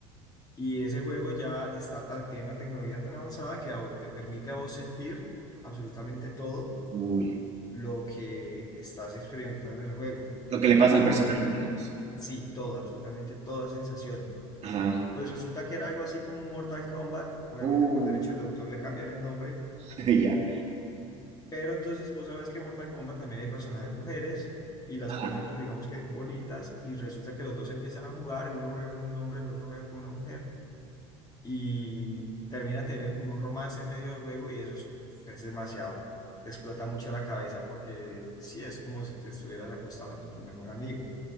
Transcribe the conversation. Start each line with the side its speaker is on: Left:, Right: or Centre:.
Left: Y ese juego ya está tan, tiene una tecnología tan avanzada que a vos- te permite a vos sentir absolutamente todo
Right: Uy,
Left: lo que estás experimentando en el juego.
Right: lo que le pasa al
Left: Todo,
Right: personaje,
Left: y
Right: digamos.
Left: sí, todo, absolutamente toda sensación.
Right: Ajá.
Left: Pues resulta que era algo así como un Mortal Kombat. Obviamente
Right: Uy,
Left: por derecho de autor le cambian el nombre.
Right: <laughs> ya.
Left: Pero entonces vos sabes que en Mortal Kombat también hay personajes mujeres y las
Right: Ajá.
Left: ponen, pues, digamos que bonitas. Y resulta que los dos empiezan a jugar. Uno juega con un hombre, el otro juega con una mujer y termina teniendo como un romance en medio del juego y eso es, es demasiado. Te explota mucho la cabeza porque sí, es como si te estuvieras acostado con tu mejor amigo,